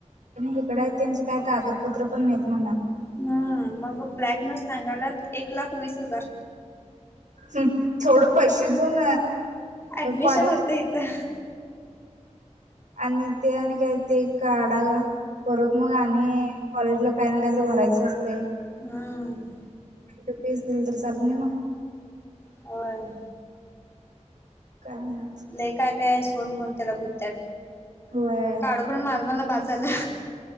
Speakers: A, on the right; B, on the left.
A: इकड त्यांचे काय कागदपत्र पण नाहीत म्हण
B: हम्म मग ब्लॅकने सांगायलात एक लाख वीस हजार.
A: हम्म. थोड पैसे देऊन
B: ऍडमिशन
A: कॉलेज
B: होत इथं
A: आणि ते आणि काय ते काडा परत मग आणि कॉलेजला काय ना काय तर भरायचं असतय.
B: हम.
A: त केस दिली तर चालत नाही म
B: होय.
A: काय नाही
B: लय काय काय आहे सोड म्हून त्याला बुद्ध्याट
A: होय.
B: काढू पण माझ मला बास. झालं